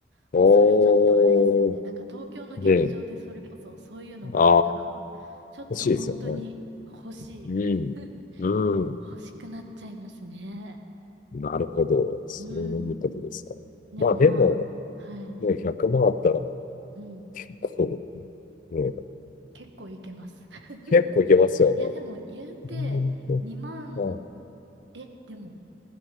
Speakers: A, on the right; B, on the left.
A: もうそれちょっとあれですよね。
B: おー。
A: なんか東京の劇場でそれこそそういうのがあったら、
B: ねえ。ああ、
A: ちょっと本当に欲しい。
B: 欲しいですよね。うん。
A: <laughs>
B: うん。
A: 欲しくなっちゃいますね。
B: なるほど。そういうことですか。
A: うん。でもまあ、
B: まあでも、
A: はい。
B: ね、100万あったら、
A: うん。
B: 結構、ね、
A: 結構いけます。<laughs>
B: 結構いけますよね。
A: いや、でも言うて、
B: なるほ
A: 2万、
B: どはい。
A: え、でも、